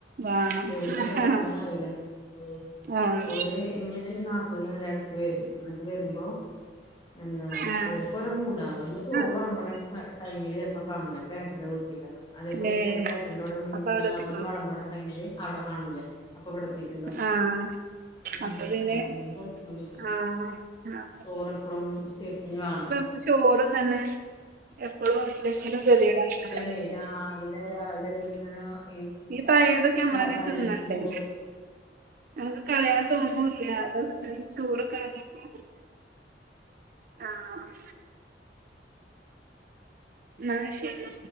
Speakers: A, on the right; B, on the left.
A: വേണം
B: എവട്ന്നാ കഴിക്കണംന്ന്
A: ആ
B: അറീല്ല ഓ
A: ആഹ്
B: ഓര് ഇമ്മലും നാത്തൂനും എല്ലൊം എടക്ക് വരും ന്നൊക്കെ വരുമ്പോ എന്താ
A: ആഹ്
B: ഓർക്ക് ഓരോ മൂടാ അവിടന്ന് ചോറ്
A: ആഹ്
B: വിളമ്പണ ടൈമില് ചെൽപ്പോ കാണൂല അപ്പേട്ടന്റെ വീട്ടിലോക്കാരം അതേപോലെ
A: ഏഹ്
B: ചേൽപ്പേട്ടന്റെോട ഇങ്ങനീ
A: അപ്പൊ അവിടെത്തിക്കണോ
B: അവിടുന്ന് വളമ്പ്ണ ടൈമില് അവിടെ കാണൂല അപ്പൊവടെത്തിട്ട്ണ്ടാവും-
A: ആഹ്
B: ഉം
A: അപ്പൊ പിന്നെ
B: അങ്ങനെ കൊഴപ്പണ്ട്
A: ആഹ് ആഹ്
B: തോറെപ്പടും സ്റ്റെപ്പിന്ന് വാണം
A: ഇപ്പൊ ചോറും തന്നെ എപ്പോളും ഇല്ലെങ്കിലും ഗതിയേടാണ്
B: ഏഹ് രാവിലെ രാവിലെ ഇത് ഇങ്ങനെ ഈ
A: ഈ പയേതൊക്കെ നമ്മളന്നെ
B: പ- തലേന്നത്തെ
A: തിന്നണ്ടേ
B: ചോറ്
A: നമുക്ക് കളയാൻ തോന്നൂല്ല അത് ഇത്രയും ചോറ് കളഞ്ഞിട്ട് ആഹ് ന്നാ ശെരി